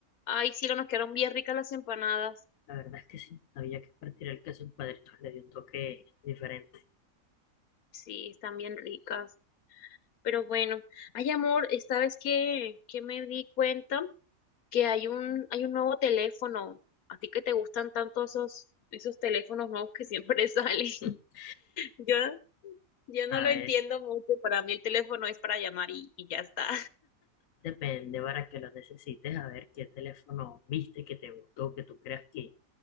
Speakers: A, on the left; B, on the left.
A: Ay, sí, nos quedaron bien ricas las empanadas.
B: La verdad es que sí, había que partir el queso en cuadritos, le dio un toque diferente.
A: Sí, están bien ricas. Pero bueno, ay, amor, esta vez que, que me di cuenta que hay un, hay un nuevo teléfono. A ti que te gustan tanto esos, esos teléfonos nuevos que siempre <laughs> salen.
B: <laughs>
A: Yo, yo no
B: A
A: lo
B: ver,
A: entiendo mucho. Para mí el teléfono es para llamar y, y ya está.
B: depende para que lo necesites, a ver qué teléfono viste que te gustó, que tú creas que